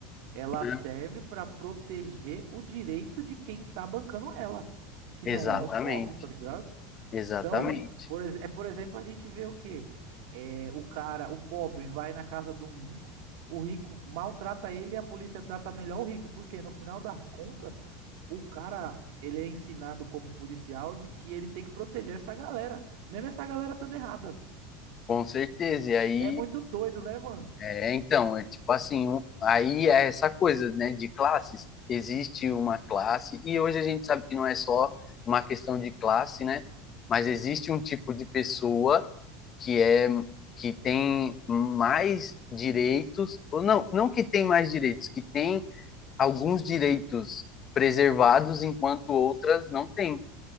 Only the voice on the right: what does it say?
Ela
serve para proteger o direito de quem tá bancando ela, que
não é os pobres, tá ligado?
Então, por, ex- é por exemplo, a gente vê o quê? É, o cara, o pobre, vai na casa de um rico, o rico maltrata ele e a polícia trata melhor o rico, porque no final das contas, o cara, ele é ensinado como policial de que ele tem que proteger essa galera, mesmo essa galera estando errada.
É muito doido, né, mano?